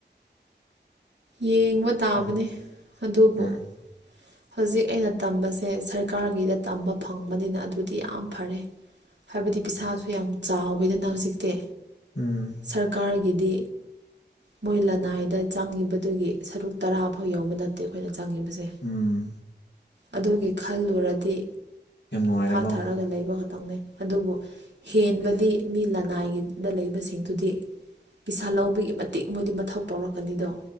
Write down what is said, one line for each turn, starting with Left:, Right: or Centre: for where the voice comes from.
Right: ꯌꯦꯡꯕ ꯇꯥꯕꯅꯤ
Left: ꯎꯝ
Right: ꯑꯗꯨꯕꯨ
Left: ꯎꯝ
Right: ꯍꯧꯖꯤꯛ ꯑꯩꯅ ꯇꯝꯕꯁꯦ ꯁꯔꯀꯥꯔꯒꯤꯗ ꯇꯝꯕ ꯐꯪꯕꯅꯤꯅ ꯑꯗꯨꯗꯤ ꯌꯥꯝ ꯐꯔꯦ ꯍꯥꯏꯕꯗꯤ ꯄꯤꯁꯥꯁꯨ ꯌꯥꯝ ꯆꯥꯎꯋꯤꯗꯅ ꯍꯧꯖꯤꯛꯇꯤ
Left: ꯎꯝ
Right: ꯁꯔꯀꯥꯔꯒꯤꯗꯤ ꯃꯣꯏ ꯂꯅꯥꯏꯗ ꯆꯪꯉꯤꯕꯗꯨꯒꯤ ꯁꯔꯨꯛ ꯇꯔꯥ ꯐꯥꯎ ꯌꯎꯕ ꯅꯠꯇꯦ ꯑꯩꯈꯣꯏꯅ ꯆꯪꯉꯤꯕꯖꯦ
Left: ꯎꯝ
Right: ꯑꯗꯨꯒꯤ ꯈꯜꯂꯨꯔꯗꯤ
Left: ꯌꯥꯝ ꯅꯨꯡꯉꯥꯏꯔꯦꯀꯣ
Right: ꯊꯥꯊꯔꯒ ꯂꯩꯕ ꯈꯛꯇꯪꯅꯤ ꯑꯗꯨꯕꯨ ꯍꯦꯟꯕꯗꯤ ꯃꯤ ꯂꯅꯥꯏꯒꯤꯗ ꯂꯩꯕꯁꯤꯡꯗꯨꯗꯤ ꯄꯩꯁꯥ ꯂꯧꯕꯒꯤ ꯃꯇꯤꯛ ꯃꯣꯏꯗꯤ ꯃꯊꯧ ꯇꯧꯔꯛꯀꯅꯤꯗꯣ